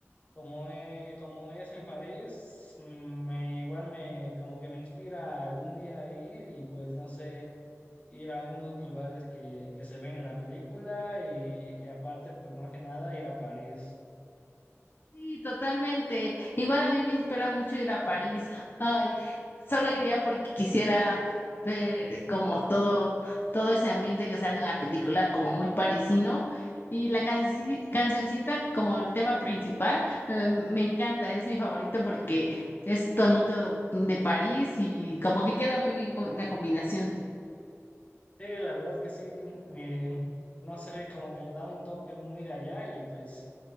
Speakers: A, on the left (about 25°); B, on the left (about 45°).
A: Como, e- como es en París, mm, me, igual me como que me inspira algún día a ir y pues no sé, ir a algunos lugares que, que se ven en la película y, y aparte pues más que nada ir a París.
B: Sí, totalmente. Igual a mí me inspira mucho ir a París. Ay, solo iría porque quisiera ver como todo, todo ese ambiente que sale en la película, como muy parisino. Y la canci- cancioncita, como el tema principal, eh, me encanta, es mi favorito porque es tonito de París y como que queda muy bien con la combinación.
A: Sí, la verdad es que sí, eh, no sé, como que le da un toque muy de allá y pues